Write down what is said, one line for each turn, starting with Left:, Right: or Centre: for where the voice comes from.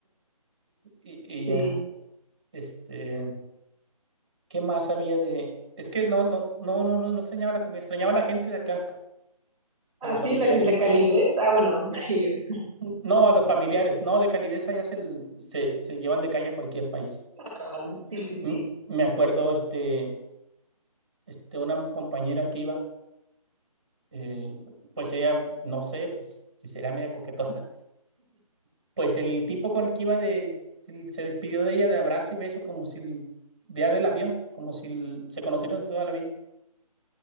Right: Y, y
Centre: Sí.
Right: ya, este, ¿qué más había de...? Es que no, no, no, no, no, no extrañaba la comida, extrañaba a la gente de acá,
Centre: Ah,
Right: a los
Centre: sí,
Right: familiares.
Centre: la, gen- la calidez. Ah, bueno, <laughs> ahí.
Right: No, a los familiares, no, de calidez allá se, se, se llevan de calle a cualquier país.
Centre: Ah, vale, sí, sí, sí.
Right: Mm, Me acuerdo, este, este, una compañera que iba eh, pues ella, no sé, pues, si será media coquetona. <laughs> Pues el tipo con el que iba de, se se despidió de ella de abrazo y beso como si día del avión, como si se conocieran de toda la vida.